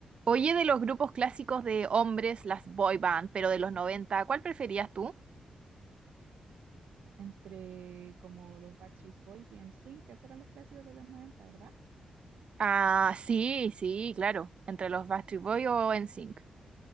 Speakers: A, on the right; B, on the right.
A: Oye, de los grupos clásicos de hombres, las boy band, pero de los noventa ¿cuál preferías tú?
B: entre como los Backstreet Boys y NSYNC, que esos eran los clásicos de los 90, ¿verdad?
A: Ah, sí, sí, claro. ¿Entre los Backstreet Boys o NSYNC?